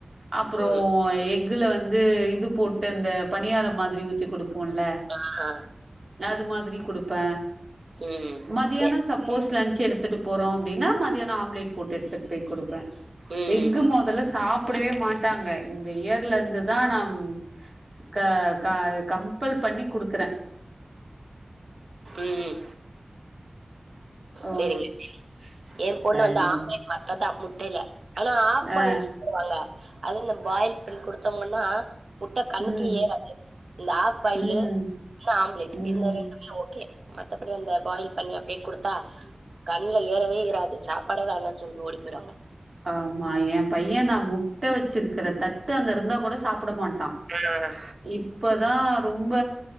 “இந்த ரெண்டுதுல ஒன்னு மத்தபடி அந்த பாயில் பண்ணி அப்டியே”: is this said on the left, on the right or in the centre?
Right